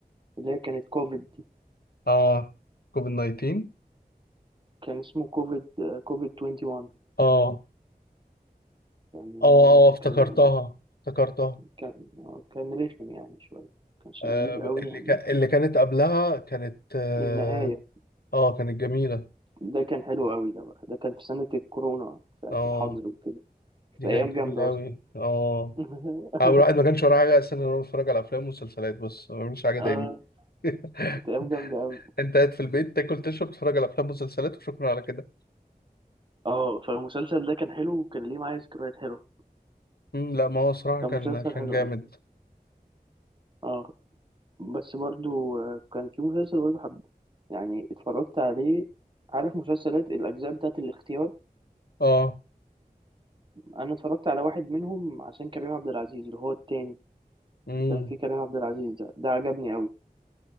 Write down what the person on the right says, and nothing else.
اللي هي كانت كوفيد دي
كان اسمه كوفيد كوفيد 21
كان
كان
كان آه، كان رخم يعني شوية كانش
لذيذ
قوي يعني
النهاية
ده كان حلو قوي ده بقى ده كان في سنة الكورونا ساعة
الحظر وكده كانت
أيام
جامدة
أصلا
<laughs>
اه
كانت أيام جامدة قوي
اه فالمسلسل ده كان حلو وكان ليه معايا ذكريات حلوة
كان
مسلسل
حلو
قوي اه بس برضو آه، كان في مسلسل برضو حب يعني اتفرجت عليه عارف مسلسلات الأجزاء بتاعت الاختيار
أنا اتفرجت على واحد منهم عشان كريم عبد العزيز اللي هو التاني
كان في كريم عبد العزيز ده ده عجبني قوي